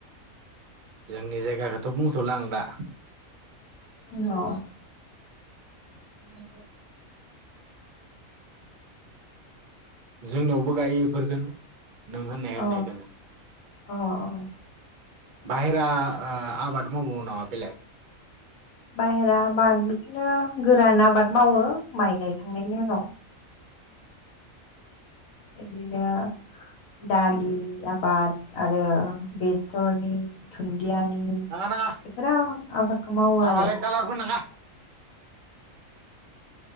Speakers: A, on the right (about 55°); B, on the left (about 80°).
A: जोंनि जायगाखौथ' बुंथ'ला आं दा।
B: औ
A: जोंनियावबो गायो इफोरखौनो नों होननाय होननायखौनो।
B: अ अ औ।
A: बाहेरा ओ आबाद मावबावो नामा बेलेग?
B: बायहेरा आबाद बिदिनो गोरान आबाद मावो माइ गायखांनायनि उनाव। बिदिनो दालि आबाद आरो बेसरनि धुइन न्दियानि बेफोर
A: नाङा नाङा
B: आबादखौ मावो
A: नाङालै
B: आरो।
A: कालार फोन नाङा